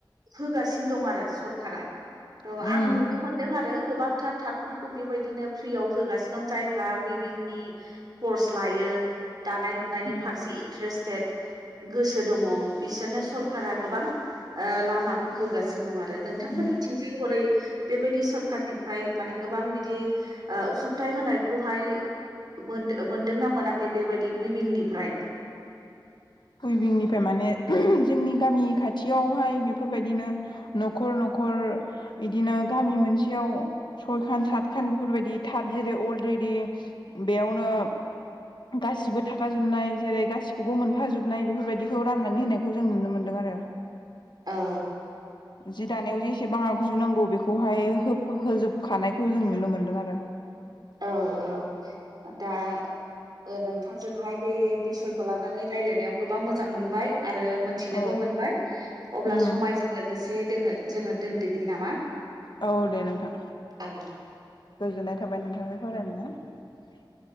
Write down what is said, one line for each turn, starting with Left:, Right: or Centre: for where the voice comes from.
Right: होगासिनो दं आरो सरकारा थ'
Left: उम
Right: आं नुनो मोनदों आरो गोबांथार टाटफोरखौ बेबायदिनो फ्रियाव होगासिनो दं जायफ्रा उइभिंनि कर्स लायो दानाय लुनायनि
Left: उम
Right: फारसे इन्ट्रेस्ट टेट गोसो दङ बिसोरनो सरखारा गोबां ओ लामाखौ होगासिनो दं आरो नोंथांमोननो
Left: उम
Right: <unintelligible> बेबायदि सरखारनिफ्राय माने गोबां बिदि ओ उसुंथाइ होनायखौहाय मोन मोनदोंना मोनाखै बेबायदि उइभिंनिफ्राय
Left: कुइबिंनिफ्राय माने <unintelligible> जोंनि गामि खाथियावहाय बेफोरबायदिनो न'खर न'खर इदिनो गामि मोनसेयाव सयखान साठखान बेफोरबायदि टाट जेरै अलरेदि बेयाव ओ गासिबो थाखाजोबनाय जेरै गासि खौबो मोनफा जोबनाय बेफोरबायदिखौ राननानै होनायखौ जों नुनो मोनदों आरो
Right: औ
Left: जि दानायाव जेसेबां आगजुनांगौ बेखौहाय होब होजोबखानायखौ जों नुनो मोनदों आरो
Right: औ औ दा ओ नोंथांजों आवहाय बे बिसयखौ लानानै राय्लायनायाव गोबां मोजां मोनबाय आरो मोनथिनोबो
Left: औ
Right: मोनबाय अब्ला
Left: उम
Right: समायजों लोगोसे दङो जोङो दोन्दोनि नामा
Left: औ दे नोंथां
Right: औ
Left: गोजोननाय थाबाय ओमफ्राय <unintelligible>